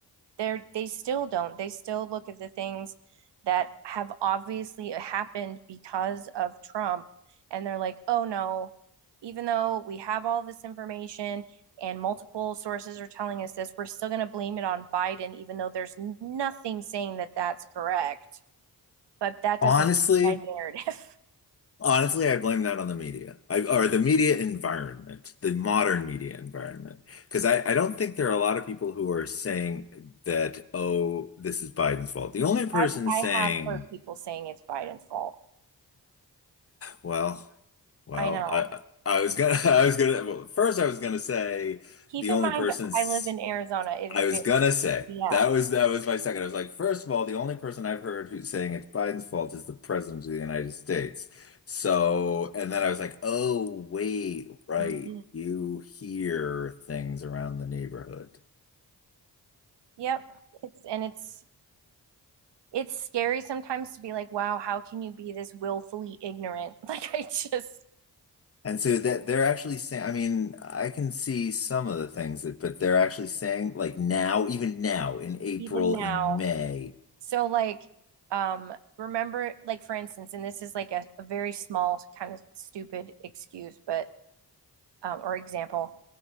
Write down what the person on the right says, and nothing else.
they're they still don't. They still look at the things that have obviously happened because of Trump and they're like, "Oh no, even though we have all this information and multiple sources are telling us this, we're still going to blame it on Biden even though there's nothing saying that that's correct." But that
doesn't fit my narrative.
<laughs>
I've I
have heard people saying it's Biden's fault.
I know.
Keep
in
mind,
I live in Arizona. It
is
very,
yeah.
Mhm.
Yep. It's and it's it's scary sometimes to be like, wow, how can you be this willfully ignorant? <laughs> Like I just
even now.
So like um remember like for instance, and this is like a, a very small kind of stupid excuse, but um or example